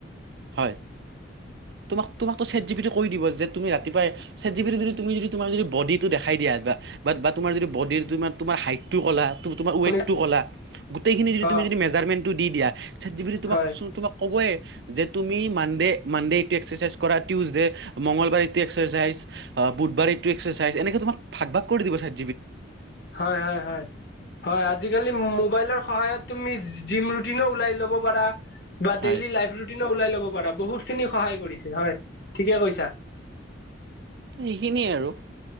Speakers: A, on the right; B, on the left.
A: হয়। তোমাক, তোমাকো ছেট জিপিতি কৈ দিব যে তুমি ৰাতিপুৱাই ছেট জিপিতি যদি তুমি যদি, তোমাৰ যদি ব'ডিটো দেখাই দিয়া বা-বাত-বাত তোমাৰ যদি ব'ডিৰ তোমাৰ-তোমাৰ হাইটটো কলা। তো-তোমাৰ ৱেটটো
B: শুনি
A: কলা, গোটেইখিনি যদি
B: অ
A: তুমি যদি মেজাৰমেন্টটো দি দিয়া। ছেট জিপিতি তোমাক
B: হয় হয়
A: চো, তোমাক ক'বয়ে যে তুমি মানডে, মানডেত টো এক্সাৰচাইজ কৰা, টিউজডে, মংগলবাই এটো এক্সাৰচাইজ, আ বুধবাৰে এটো এক্সা চাইজ, এনেকে তোমাক ভাগ ভাগ কৰি দিব চাই।
B: হয় হয় হয় হয়। আজিকালি মোবাইলৰ সহায়ত তুমি জিম ৰুটিনো ওলাই লব পৰা বা
A: হয়
B: ডেইলী লাইফ ৰুটিনো ওলাই লব পাৰা বহুতখিনি সহায় কৰিছে। হয় ঠিকে কৈছা।
A: সেইখিনিয়ে আৰু।